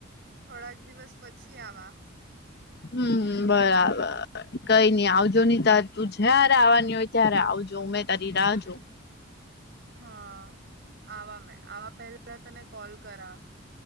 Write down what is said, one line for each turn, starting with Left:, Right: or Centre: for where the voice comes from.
Right: થોડાક દિવસ પછી આવા
Left: હમ્મ હમ્મ બરાબર કઈ નઈ આવજો નહી ત તું જયારે આવવાની હોય ત્યારે આવજો મે તારી રાહ જો
Right: હા આવા મેં આવા પહેલા તને કોલ કરા